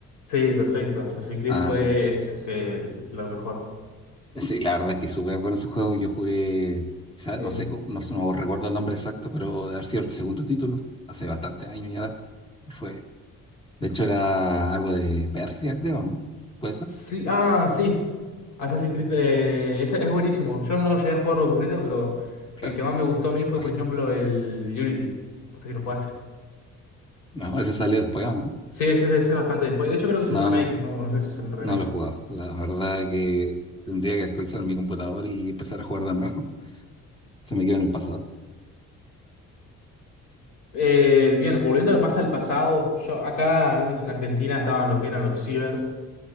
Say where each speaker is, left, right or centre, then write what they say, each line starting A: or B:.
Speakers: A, on the left; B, on the left.
A: Sí, perfecto. Assassin's Creed
B: Ah,
A: fue
B: sí.
A: es- es el- lo mejor.
B: Sí, la verdad es que es súper bueno su juego. Yo jugué, quizá-
A: El-
B: no sé, cómo- no, no recuerdo el nombre exacto, pero de haber sido el segundo título, hace bastantes años ya. Fue, De hecho, era algo de Persia, creo, ¿no? ¿Puede
A: Sí,
B: ser?
A: ah, sí. Assassin's Creed eh, es, es buenísimo. Yo no llegué a jugarlo completo, pero
B: Claro.
A: el que más me gustó a mí fue,
B: No,
A: por ejemplo, el Unity. No sé si lo jugaste.
B: No, ese salió después, ¿o ¿no?
A: Sí, ese, ese es bastante después. De hecho, creo que es
B: No,
A: un remake.
B: no,
A: No, no sé si es un remake.
B: no lo he jugado. La verdad es que tendría que actualizar mi computador y empezar a jugar de nuevo. <laughs> Se me quedó en el pasado.
A: Eh, bien, volviendo más al pasado, yo acá, al menos en Argentina, estaban lo que eran los cibers,